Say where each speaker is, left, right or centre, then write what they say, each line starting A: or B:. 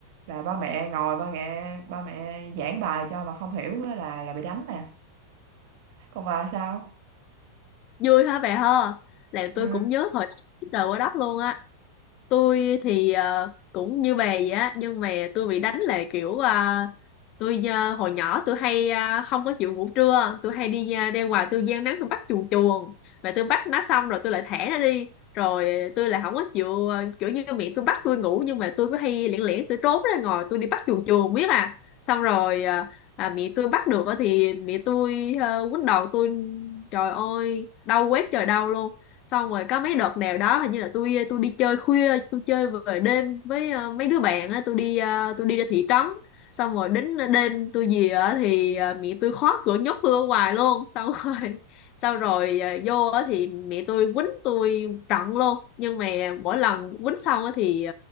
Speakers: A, on the right; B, on the left.
A: là ba mẹ ngồi ba mẹ ba mẹ giảng bài cho mà không hiểu á là là bị đánh nè còn bà sao
B: vui hả bà ha là
A: ừ
B: tôi cũng nhớ thời trời quá đất luôn á tôi thì ờ, cũng như bà vậy á nhưng mà tôi bị đánh là kiểu ờ, tôi ờ, hồi nhỏ tôi hay ờ, không có chịu ngủ trưa tôi hay đi ờ, ra ngoài tôi giang nắng tôi bắt chuồn chuồn mà tôi bắt nó xong rồi tôi lại thả nó đi rồi tôi lại không có chịu ờ, kiểu như miệng tôi bắt tôi ngủ nhưng mà tôi cứ hay lẻn lẻn tôi trốn ra ngoài tôi đi bắt chuồn chuồn biết à xong rồi ờ, à, mẹ tôi bắt được á thì mẹ tôi ờ, quýnh đầu tôi trời ơi đau quét trời đau luôn xong rồi có mấy đợt nào đó hình như là tôi tôi đi chơi khuya tôi chơi về đêm với ờ, mấy đứa bạn á tôi đi ờ, tôi đi ra thị trấn xong rồi đến đêm tôi về á thì ờ, mẹ tôi khóa cửa nhốt tôi ở ngoài luôn xong rồi <laughs> xong rồi ờ, vô á thì mẹ tôi quýnh tôi trận luôn nhưng mà mỗi lần quýnh xong á thì